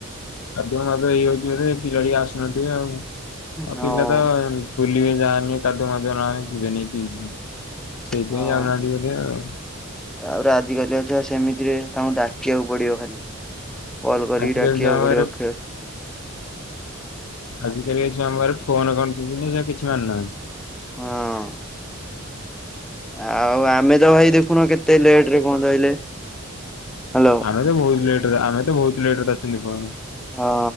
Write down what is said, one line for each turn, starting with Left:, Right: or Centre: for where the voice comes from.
Left: ଆଧ ମତେ ଏଇଯଉଛି ପିଲା ଟ ଆସୁନାହାନ୍ତି ଆ ଆଉ
Centre: ହଁ
Left: ପିଲା ତ ବୁଲିବେ ଯାହାନି କାଦୁ ମଧୁ ନେ ଯିବେନି ସେଇଥିପାଇଁ
Centre: ହଁ
Left: ଯାଉନାହାନ୍ତି ବୋଧେ ଆଉ
Centre: ତାପରେ ଆଜିକାଲି ଝିଅ ସେମିତିରେ ତାଙ୍କୁ ଡାକିବାକୁ ପଡିବ ଖାଲି। କଲ କରିକି
Left: ଆଜିକାଲି
Centre: ଡାକିବାକୁ
Left: ଛୁଆଙ୍କ ପାଖରେ
Centre: ପଡିବକ୍ଷରେ।
Left: ଆଜିକାଲିଆ ଝିଅ ଆମର ଫୋନ କଣ ଜିନିଷ କିଛି ମାନୁ ନାହାନ୍ତି।
Centre: ହଁ! ଆଉ ଆମେ ତ ଭାଇ ଦେଖୁନ କେତେ ଲେଟ ରେ କଣ ରହିଲେ ହ୍ୟାଲୋ
Left: ଆମେ ତ ବହୁତ ଲେଟ ଆମେ ତ ବହୁତ ଲେଟରେ ଅଛନ୍ତିକମ।
Centre: ହଁ